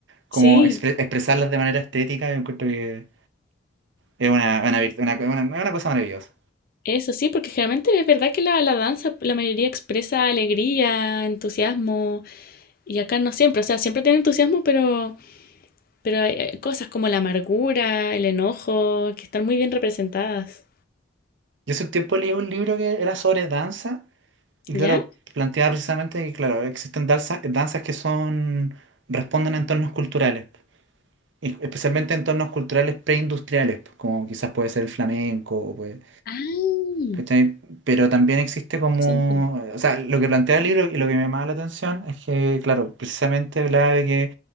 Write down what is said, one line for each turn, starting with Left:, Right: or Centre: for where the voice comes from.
Right: como
Left: Sí,
Right: expre- expresarlas de manera estética, yo encuentro que es una, una, virt- una- una- una cosa maravillosa.
Left: eso sí, porque generalmente es verdad que la, la danza, la mayoría expresa alegría, entusiasmo, y acá no siempre, o sea, siempre tiene entusiasmo, pero, pero hay eh, cosas como la amargura, el enojo, que están muy bien representadas.
Right: Yo hace un tiempo leí un libro que era sobre danza y
Left: ¿Ya?
Right: claro, planteaba precisamente que claro, existen danza- danzas que son, responden a entornos culturales, y especialmente entornos culturales preindustriales, como quizás puede ser el flamenco o puede-
Left: Ah,
Right: ¿cachai? Pero también existe
Left: interesante.
Right: como, o sea, lo que plantea el libro y lo que me llamaba la atención es que, claro, precisamente hablaba de que